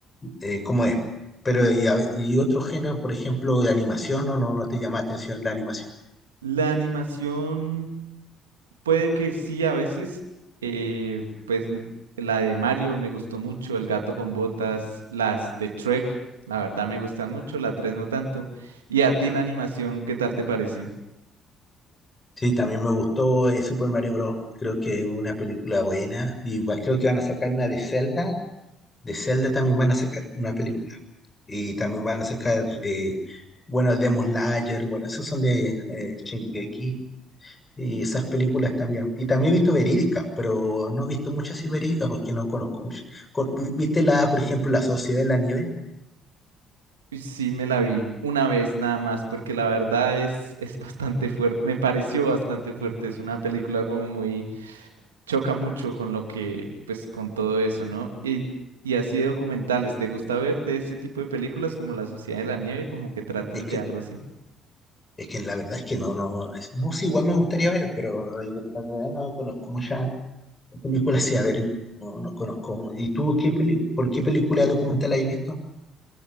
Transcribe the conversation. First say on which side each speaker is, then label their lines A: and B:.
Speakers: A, on the left; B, on the right.
A: eh, cómo es. Pero, y, a- y otro género, por ejemplo, de animación, no, no, no te llama la atención la animación.
B: La animación Puede que sí, a veces, eh, pues n- la de Mario me gustó mucho, El gato con botas, las de Trek, la verdad me gustan mucho, la 3 no tanto. Y a ti la animación, ¿qué tal te parece?
A: Sí, también me gustó eh, Super Mario Bros. Creo que es una película buena. Y va- creo que van a sacar una de Zelda. De Zelda también van a sacar una película. Y también van a sacar, eh, bueno, Demon Slayer. Bueno, esos son de eh, Shingeki. Y esas películas también. Y también he visto verídicas, pero no he visto muchas verídicas porque no conozco muchas. Con- ¿Viste la, por ejemplo, La Sociedad de la Nieve?
B: Y Sí, me la vi una vez nada más, porque la verdad es, <laughs> es bastante fuerte, me pareció bastante fuerte, es una película como muy, choca mucho con lo que, pues con todo eso, ¿no? Y, y así de documentales, ¿te gusta ver de ese tipo de películas como La Sociedad de la Nieve, como que traten
A: Es
B: de
A: que,
B: algo así?
A: es que la verdad es que no, no, es- no, sí, igual me gustaría ver, pero en realidad en realidad no conozco muchas ¿Qué película sí? A ver, no, no conozco. ¿Y tú qué peli- por qué película documental has visto?